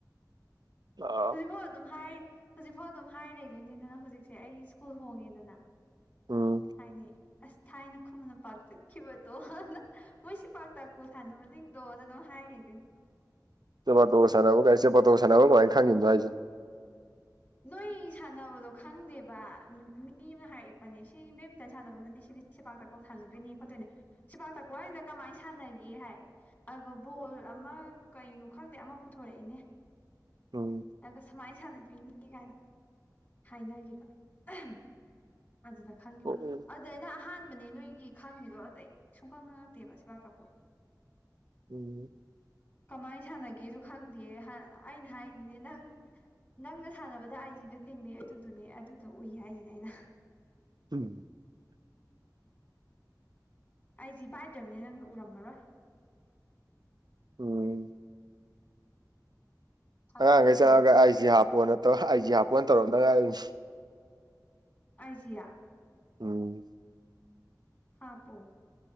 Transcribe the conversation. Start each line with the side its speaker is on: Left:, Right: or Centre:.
Right: ꯑ
Left: ꯍꯧꯖꯤꯛꯐꯥꯎ ꯑꯗꯨꯝ ꯍꯥꯏꯔꯤ ꯍꯧꯖꯤꯛꯐꯥꯎ ꯑꯗꯨꯝ ꯍꯥꯏ ꯂꯩꯗꯣꯏꯅꯤꯗꯅ ꯍꯧꯖꯤꯛꯁꯦ ꯑꯩ ꯁ꯭ꯀꯨꯜ ꯍꯣꯡꯉꯤꯗꯅ꯫
Right: ꯎꯝ
Left: ꯍꯥꯏꯅꯩ ꯑꯁ ꯊꯥꯏꯅ ꯈꯨꯃꯟ ꯂꯝꯄꯥꯛ ꯆꯠꯈꯤꯕꯗꯣ ꯑꯅ꯫ ꯃꯣꯏ ꯁꯤꯄꯥꯛꯇꯥꯛꯀꯣ ꯁꯥꯟꯅꯕꯁꯤꯡꯗꯣꯅ ꯑꯗꯨꯝ ꯍꯥꯏ ꯂꯩꯗꯣꯏꯅꯦ꯫
Right: ꯁꯦꯄꯇꯣ ꯁꯥꯟꯅꯕ ꯀꯥꯏ ꯁꯦꯄꯥꯇꫭ ꯁꯥꯟꯅꯕ ꯀꯃꯥꯏ ꯈꯪꯉꯤꯅꯣ ꯍꯥꯏꯁꯦ꯫
Left: ꯅꯣꯏ ꯁꯥꯟꯅꯕꯗꯣ ꯈꯪꯗꯦꯕꯥ ꯅꯨ ꯃꯤ ꯑꯃꯅ ꯍꯥꯏꯔꯛꯄꯅꯦ ꯁꯤ ꯕꯦꯠꯃꯤꯟꯇꯟ ꯁꯥꯟꯅꯕꯝ ꯅꯠꯇꯦ ꯁꯤꯗꯤ ꯁꯦꯄꯥꯛꯇꯥꯀꯣ ꯁꯥꯟꯅꯗꯣꯏꯅꯦ ꯈꯣꯠꯇꯣꯏꯅꯦ ꯁꯦꯄꯥꯛꯇꯥꯀꯣ ꯍꯥꯏꯅ ꯀꯃꯥꯏ ꯁꯥꯟꯅꯒꯦ ꯍꯥꯏ꯫ ꯑꯗꯨꯒ ꯕꯣꯜ ꯑꯃ ꯀꯩꯅꯣ ꯈꯪꯗꯦ ꯑꯃ ꯄꯨꯊꯣꯔꯛꯏꯅꯦ꯫
Right: ꯎꯝ
Left: ꯑꯒ ꯁꯨꯃꯥꯏ ꯁꯥꯟꯅꯗꯨꯏꯅꯤ ꯀꯥꯏꯅ ꯍꯥꯏꯅꯒꯤꯕ ꯑꯍꯝ ꯑꯗꯨꯗ ꯈꯪꯒꯤꯕ
Right: ꯎꯝ
Left: ꯑ ꯑꯗ ꯑꯩꯅ ꯑꯍꯥꯟꯕꯅꯦ ꯅꯣꯏꯒꯤ ꯈꯪꯉꯤꯗꯣ ꯑꯇꯩ ꯁꯨꯡꯈꯪ ꯈꯪꯉꯛꯇꯦꯕ ꯁꯦꯄꯥꯛꯇꯥꯀꯣ꯫ <unintelligible>
Right: ꯎꯝ
Left: ꯀꯃꯥꯏ ꯁꯥꯟꯅꯒꯦꯁꯨ ꯈꯪꯗꯦ ꯍ ꯑꯩꯅ ꯍꯥꯏꯗꯤꯅꯦ ꯅꯪ ꯅꯪꯅ ꯁꯥꯟꯅꯕꯗ ꯑꯩꯖꯤꯗ ꯊꯦꯡꯅꯩ ꯑꯗꯨꯗꯨꯅꯦ ꯑꯗꯨꯗꯣ ꯎꯏ ꯍꯥꯏꯖꯤꯅꯦ ꯑꯩꯅ꯫
Right: ꯎꯝ꯫
Left: ꯑꯥꯢꯖꯤ ꯄꯥꯏꯗ꯭ꯔꯝꯅꯤꯅ ꯅꯪꯗꫭ ꯎꯔꯝꯑꯔꯣꯏ꯫
Right: ꯎꯝ
Left: ꯊꯥꯒꯠꯍꯧꯕꯅꯦ
Right: ꯑꯉꯥꯡꯒꯩ ꯆꯪꯉꯛꯑꯒ
Left: ꯌꯥꯝ
Right: ꯑꯥꯢꯖꯤ ꯍꯥꯞꯄꯣꯅ ꯇꯧ ꯑꯥꯏꯖꯤ ꯍꯥꯄꯣꯟ ꯇꯧꯔꯝꯗꯉꯥꯏꯔꯤꯝ꯫
Left: ꯑꯥꯏꯖꯤꯌꯥ꯫
Right: ꯎꯝ꯫
Left: ꯍꯥꯞꯄꯑꯣ